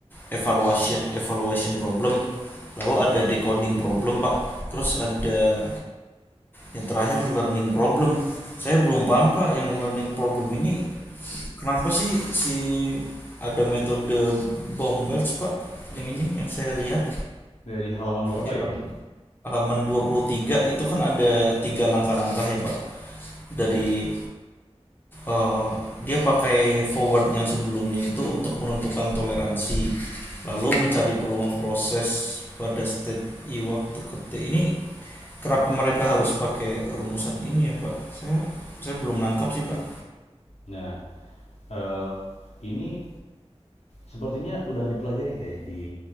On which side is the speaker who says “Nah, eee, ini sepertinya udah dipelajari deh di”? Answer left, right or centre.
Left